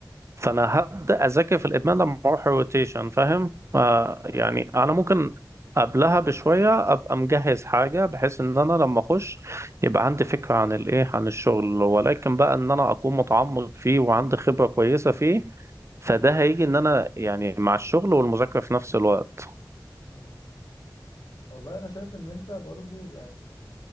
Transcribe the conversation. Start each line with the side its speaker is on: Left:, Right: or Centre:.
Right: فانا هبدأ اذاكر في الادمان لما اروح الروتيشن فاهم ف-
Left: اه
Right: يعني انا ممكن قبلها بشوية ابقى مجهز حاجة بحيث ان انا لما اخش يبقى عندي فكرة عن الايه عن الشغل ولكن بقى ان انا اكون متعمق فيه وعندي خبرة كويسة فيه فده هيجي ان انا يعني مع الشغل والمذاكرة في نفس الوقت
Left: امم والله انا شايف ان انت برضو يعني